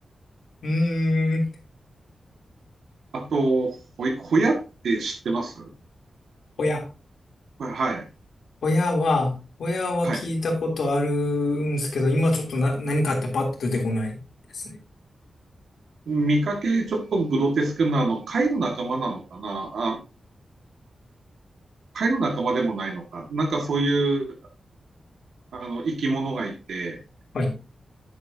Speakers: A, on the left (about 80°); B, on the right (about 80°).
A: うーん。
B: あと、ほい、ほやって知ってます
A: 親。
B: これはい。
A: 親は、親は聞いたことあるんですけど、
B: はい。
A: 今ちょっとな、何かってパッと出てこないですね。
B: 見かけちょっとグロテスクな、あの、貝の仲間なのかなあ、貝の仲間でもないのか。なんかそういう、あの、生き物がいて、
A: はい